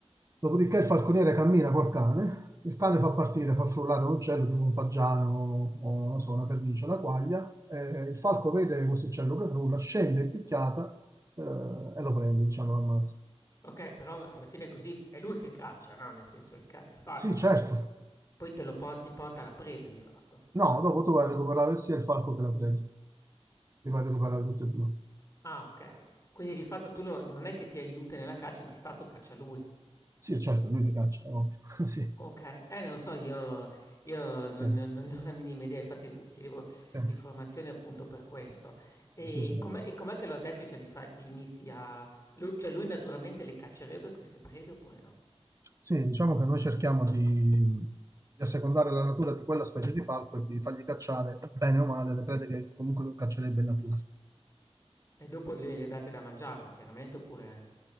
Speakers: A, on the right (about 30°); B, on the left (about 30°).
A: dopodiché il falconiere cammina col cane, il cane fa partire, fa frullare un uccello tipo un fagiano o non so, una pernice, una quaglia, e il falco vede questo uccello che frulla, scende in picchiata eh, e lo prende, diciamo, lo ammazza.
B: Okay, però alla fine è così f è lui che caccia, no, nel senso il ca il falco,
A: Sì,
B: cioè
A: certo.
B: poi poi te lo po ti porta la preda di fatto.
A: No, dopo tu vai a recuperare sia il falco che la preda. Li voglio recuperare tutti e due.
B: Ah, okay. Quindi di fatto tu lo non è che ti aiuta nella caccia, di fatto caccia lui.
A: Sì, certo, lui li caccia, è ovvio. <laughs> Sì,
B: Okay, eh, non so, io io non
A: sì,
B: ne ho non ne ho la minima idea, infatti s chiedevo
A: sì.
B: informazioni appunto per questo. E
A: Scusami
B: com'è
A: allora.
B: e com'è che lo addestri? Cioè, li fa li inizi a lu cioè, lui naturalmente le caccerebbe queste prede oppure no?
A: Sì, diciamo che noi cerchiamo di, di assecondare la natura di quella specie di falco e di fargli cacciare, bene o male, le prede che comunque caccerebbe in natura.
B: E dopo le le date da mangiare chiaramente oppure